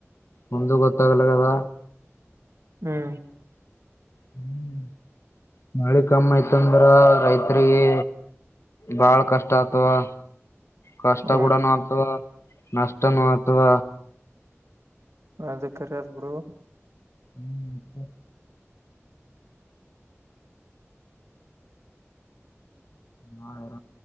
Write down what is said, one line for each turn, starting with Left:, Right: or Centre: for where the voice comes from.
Left: ಮುಂದ ಗೊತ್ತಾಗಲ್ಲ ಕದ
Right: ಹ್ಮ್
Left: ಹ್ಮ್ ಮಳೆ ಕಮ್ಮ ಆಯ್ತ ಅಂದ್ರ ರೈತರಿಗೆ ಬಾಳ್ ಕಷ್ಟ ಆತವಾ ಕಷ್ಟ
Right: ಹ
Left: ಕೂಡನು ಆಗ್ತದ ನಷ್ಟನು ಆತದ
Right: ಅದ ಕರದ್ಬರು
Left: ಹ್ಮ್ ನಾ ಎರ